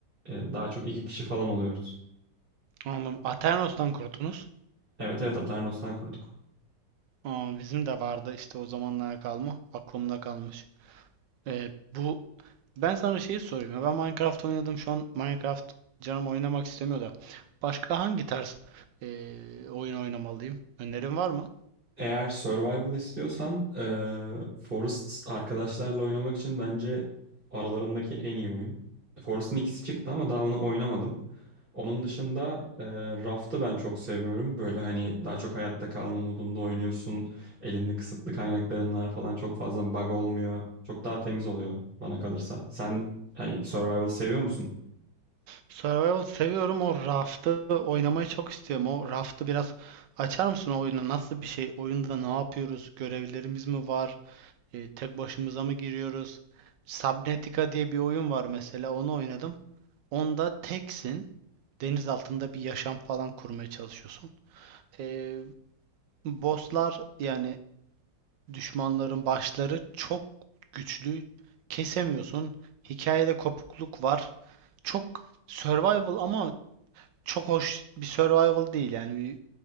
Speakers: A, on the right (about 30°); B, on the right (about 75°).
A: eee, daha çok 2 kişi falan oluyoruz.
B: Anladım. Aternos'tan kurtunuz.
A: Evet evet Aternos'tan kurduk.
B: Aa, bizim de vardı işte o zamanlara kalma. Aklımda kalmış. Ee, bu Ben sana şeyi sorayım ya. Ben Minecraft oynadım. Şu an Minecraft canım oynamak istemiyor da. Başka hangi tarz eee oyun oynamalıyım? Önerin var mı?
A: Eğer survival istiyorsan eee Forest arkadaşlarla oynamak için bence aralarındaki en iyi oyun. Forest'ın ikisi çıktı ama daha onu oynamadım. Onun dışında eee, Raft'ı ben çok seviyorum. Böyle hani daha çok hayatta kalma modunda oynuyorsun. Elinde kısıtlı kaynakların var falan çok fazla bug olmuyor. Çok daha temiz oluyor bana kalırsa. Sen hani survival seviyor musun?
B: Survival seviyorum. O Raft'ı oynamayı çok istiyorum. O Raft'ı biraz açar mısın o oyunu? Nasıl bir şey? Oyunda ne yapıyoruz? Görevlerimiz mi var? Eee, tek başımıza mı giriyoruz? Subnautica diye bir oyun var mesela. Onu oynadım. Onda teksin. Deniz altında bir yaşam falan kurmaya çalışıyorsun. Eee bosslar yani Düşmanların başları çok güçlü. Kesemiyorsun. Hikayede kopukluk var. Çok survival ama çok hoş bir survival değil yani. Bir